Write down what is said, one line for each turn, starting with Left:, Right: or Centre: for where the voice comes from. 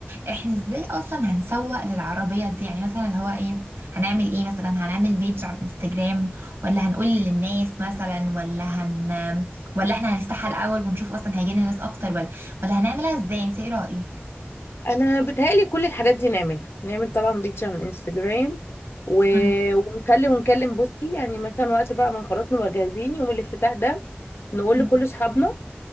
Right: احنا ازاي اصلا هنسوق للعربيه دي يعني مثلا اللي هو ايه هنعمل ايه مثلا هنعمل بيج على الانستجرام ولا هنقول للناس مثلا ولا هن ولا احنا هنفتحها الاول ونشوف اصلا هيجي لنا ناس اكتر ولا ولا هنعملها ازاي انت ايه رايك
Left: انا بتهيألي كل الحاجات دي نعملها نعمل طبعا بيج على الانستجرام و...
Right: مم.
Left: ونخلي ونكلم بوستي يعني مثلا وقت بقى ما خلاص نبقى جاهزين يوم الافتتاح ده نقول
Right: مم.
Left: لكل اصحابنا